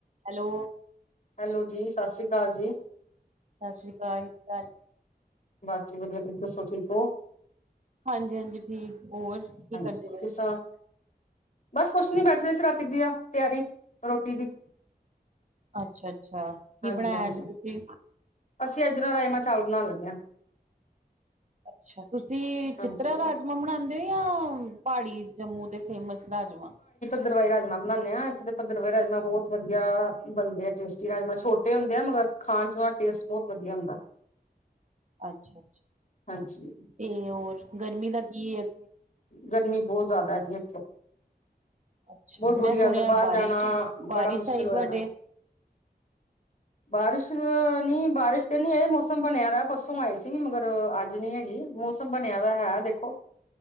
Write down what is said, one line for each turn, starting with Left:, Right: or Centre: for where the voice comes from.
Right: Hello,
Left: hello ਜੀ ਸਤਿ ਸ੍ਰੀ ਅਕਾਲ ਜੀ
Right: ਸਤਿ ਸ਼੍ਰੀ ਅਕਾਲ ਕੀ ਹਾਲ
Left: ਬਸ ਜੀ ਵਧੀਆ, ਤੁਸੀਂ ਦੱਸੋ ਠੀਕ ਹੋ?
Right: ਹਾਂਜੀ-ਹਾਂਜੀ ਠੀਕ, ਹੋਰ ਕੀ
Left: ਹਾਂਜੀ
Right: ਕਰਦੇ ਬਏਓ?
Left: ਕਿਸ ਤਰ੍ਹਾਂ ਬਸ ਕੁੱਛ ਨੀ, ਬੈਠਦੇ ਸੀ ਰਾਤੀ ਦੀਆਂ ਤਿਆਰੀ ਰੋਟੀ ਦੀ
Right: ਅੱਛਾ-ਅੱਛਾ ਕੀ
Left: ਹਾਂਜੀ
Right: ਬਣਾਇਆ
Left: ਹਾਂਜੀ
Right: ਅੱਜ ਤੁਸੀਂ?
Left: ਅਸੀਂ ਅੱਜ ਨਾ ਰਜਮਾਂ ਚਾਵਲ ਬਣਾਨ ਲੱਗੇ ਹਾਂ।
Right: ਅੱਛਾ, ਤੁਸੀਂ
Left: ਹਾਂਜੀ
Right: ਚਿੱਤਰਾ ਰਾਜਮਾਂ ਬਣਾਉਂਦੇ ਹੋ ਯਾ ਪਹਾੜੀ ਜੰਮੂ ਦੇ? ਫੇਮਸ ਰਾਜਮਾਂ
Left: ਭੱਦਰਰਵਾਈ ਰਜਮਾ ਬਣਾਂਦੇ ਹਾਂ, ਇੱਥੇ ਤੇ ਭੱਦਰਵਾਈ ਰਾਜਮਾਂ ਬਹੁਤ ਵਧੀਆ ਬਣਦੇ ਆ ਤੇਸਟੀ ਰਾਜਮਾਂ, ਛੋਟੇ ਹੁੰਦੇ ਆ ਮਗਰ ਖਾਣ ਚ ਉਹ ਦਾ ਟੇਸਟ ਬਹੁਤ ਵਧੀਆ ਹੁੰਦਾ।
Right: ਅੱਛਾ-ਅੱਛਾ
Left: ਹਾਂਜੀ
Right: ਤੇ ਹੋਰ ਗਰਮੀ ਦਾ ਕੀ ਹੈ ਇੱਥੇ?
Left: ਗਰਮੀ ਬਹੁਤ ਜ਼ਿਆਦਾ ਹੈ ਜੀ ਇੱਥੇ।
Right: ਅੱਛਾ
Left: ਬਹੁਤ
Right: ਮੈਂ
Left: ਬੁਰੀ ਹਾਲਤ,
Right: ਸੁਣਿਆ
Left: ਬਾਹਰ
Right: ਬਾਰਿਸ਼
Left: ਜਾਣਾ
Right: ਬਾਰਿਸ਼
Left: ਬੜਾ ਮੁਸ਼ਕਿਲ
Right: ਆਈ
Left: ਹੋਇਆ
Right: ਤੁਹਾਡੇ
Left: ਦਾ। ਬਾਰਿਸ਼ ਅਹ ਨੀ ਬਾਰਿਸ਼ ਤੇ ਨੀ ਆਈ, ਮੌਸਮ ਬਣਿਆ ਦਾ ਪਰਸੋਂ ਆਈ ਸੀ, ਮਗਰ ਅੱਜ ਨੀ ਹੈਗੀ ਮੌਸਮ ਬਣਿਆ। ਲਗਦਾ ਹੈ ਦੇਖੋ,